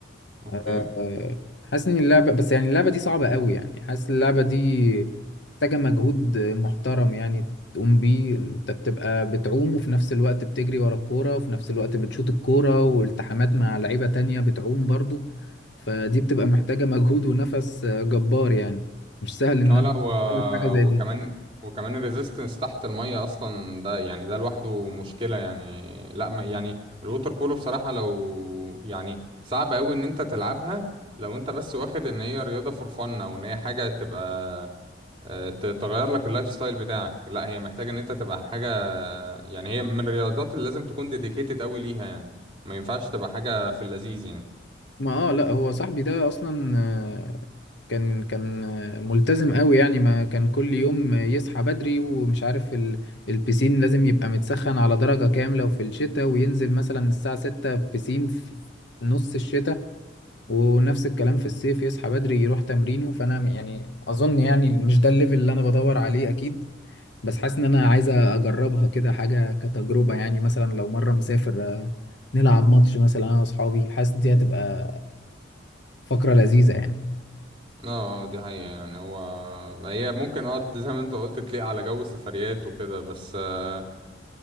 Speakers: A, on the right; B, on the left.
A: اوكي
B: آه، آه، حاسس ان اللعبه بس يعني اللعبه دي صعبه قوي يعني حاسس اللعبه دي محتاجه مجهود محترم يعني تقوم بيه انت بتبقى بتعوم وفي نفس الوقت بتجري ورا الكوره وفي نفس الوقت بتشوط الكوره والتحامات مع لعيبه تانية بتعوم برضو فدي بتبقى محتاجه مجهود ونفس آه، جبار يعني مش سهل ان
A: اه
B: انا
A: لا و...
B: أعمل حاجه زي دي
A: وكمان وكمان الريزيستنس تحت المية اصلا ده يعني ده لوحده مشكلة يعني لا ما يعني الووتر بولو بصراحة لو يعني صعب قوي ان انت تلعبها لو انت بس واخد ان هي رياضة فور فن او ان هي حاجة تبقى آه، ت- تغير لك اللايف ستايل بتاعك لا هي محتاجة ان انت تبقى حاجة يعني هي من الرياضات اللي لازم تكون ديديكيتد قوي ليها يعني ما ينفعش تبقى حاجة في اللذيذ يعني
B: ما اه لا هو صاحبي ده اصلا آه، كان كان آه، ملتزم قوي يعني ما كان كل يوم يصحى بدري ومش عارف ال- البسين لازم يبقى متسخن على درجة كاملة وفي الشتاء وينزل مثلا الساعة 6 بسين في في نص الشتاء ونفس الكلام في الصيف يصحى بدري يروح تمرينه فانا يعني اظن يعني مش ده الليفل اللي انا بدور عليه اكيد بس حاسس ان انا عايز اجربها كده حاجة كتجربة يعني مثلا لو مرة مسافر آه، نلعب ماتش مثلا انا واصحابي حاسس دي هتبقى فقرة لذيذة يعني
A: اه آه، دي حقيقة يعني هو هي ممكن اه زي ما انت قلت تليق على جو السفريات وكده بس آه